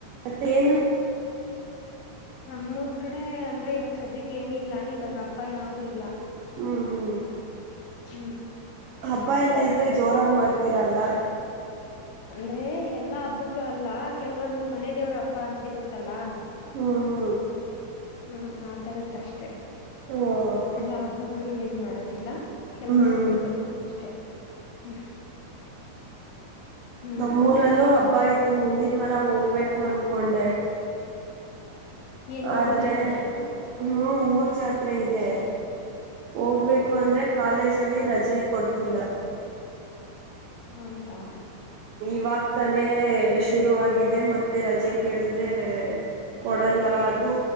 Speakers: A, on the right; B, on the left.
A: ಮತ್ತೆನ್
B: ನಮ್ಮೂರ್ ಕಡೆ ಅಂದ್ರೆ ಇವಾಗ ಸದ್ಯಕ್ಕೆ ಏನಿಲ್ಲ ಇವಾಗ ಹಬ್ಬ ಯಾವ್ದೂ ಇಲ್ಲ.
A: ಹ್ಞ ಹ್ಮ
B: ಹ್ಮ್
A: ಹಬ್ಬ ಎಲ್ಲ ಇದ್ರೆ ಜೋರಾಗಿ ಮಾಡ್ತೀರಲ್ಲ.
B: ಅಂದ್ರೆ ಎಲ್ಲಾ ಹಬ್ಬಗಳು ಅಲ್ಲ ಕೆಲ್ವೊಂದು ಮನೆ ದೇವ್ರು ಹಬ್ಬ ಅಂತಿರುತ್ತಲ್ಲಾ.
A: ಹ್ಮ ಹ್ಮ
B: ಹ್ಮ ಆತರದ್ದಷ್ಟೇ.
A: ಹ್ಮ್
B: ಎಲ್ಲಾ ಹಬ್ಬಗಳು ಏನ್ ಮಾಡೋದಿಲ್ಲ. ಕೆಲ್ವೊಂದು
A: ಹ್ಮ್
B: ಅಷ್ಟೆ ಹ್ಮ್ ಹ್ಮ್
A: ನಮ್ಮೂರಲ್ಲೂ ಹಬ್ಬ ಐತು ಮುಂದಿನ್ವಾರ ಹೋಗ್ಬೇಕ್ ಒಂದಕೊಂಡೆ.
B: <inaudible> ಏನ್
A: ಆದ್ರೆ
B: ಊರ್ ಜಾತ್ರೆನ.
A: ಹ್ಞೂ ಊರು ಜಾತ್ರೆ ಇದೆ. ಹೋಗ್ಬೇಕು
B: ಹ
A: ಅಂದ್ರೆ ಕಾಲೇಜಲ್ಲಿ ರಜೆ. ಕೊಡ್ತಿಲ್ಲ.
B: ಹ್ಮ. ತ್ತಾ.
A: ಇವಾಗ್ ತಾನೇ. ಶುರು ಆಗಿದೆ ಮತ್ತೆ ರಜೆ ಕೇಳಿದೆ. ಅದೇ ಕೊಡಲ್ಲ ಅ. ಇದು